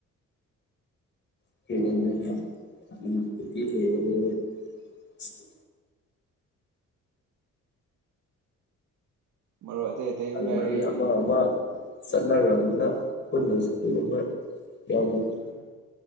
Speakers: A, on the left; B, on the right.
A: <unintelligible>
B: ꯃꯔꯨꯞ ꯑꯇꯩ ꯑꯇꯩꯁꯨ
A: <unintelligible>
B: ꯂꯩꯔꯤ
A: ꯑꯃ ꯑꯃ ꯆꯠꯅꯈ꯭ꯔꯕꯅꯤꯅ ꯄꯨꯟꯗꯁꯨ <unintelligible>
B: ꯎꯝ